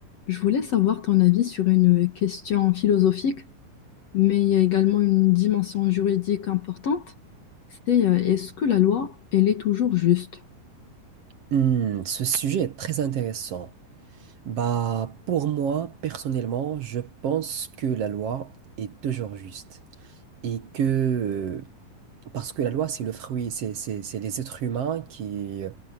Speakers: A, on the left; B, on the right.
A: Je voulais savoir ton avis sur une question philosophique, mais il y a également une dimension juridique importante. C'est euh, est-ce que la loi, elle est toujours juste?
B: Hmm, ce sujet est très intéressant. Bah, pour moi, personnellement, je pense que la loi est toujours juste. Et que, euh, parce que la loi, c'est le fruit, c'est, c'est, c'est les êtres humains qui, euh,